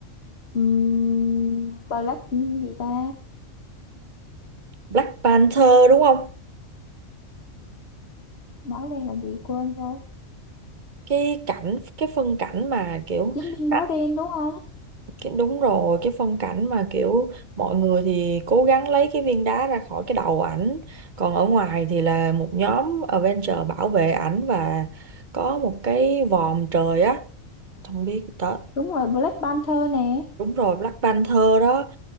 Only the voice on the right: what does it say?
Black Panther đúng không
cái cảnh cái phân cảnh mà kiểu
à,
cái đúng rồi cái phân cảnh mà kiểu mọi người thì cố gắng lấy cái viên đá ra khỏi cái đầu ảnh còn ở ngoài thì là một nhóm Avenger bảo vệ ảnh và có một cái vòm trời á không biết đó
đúng rồi Black Panther đó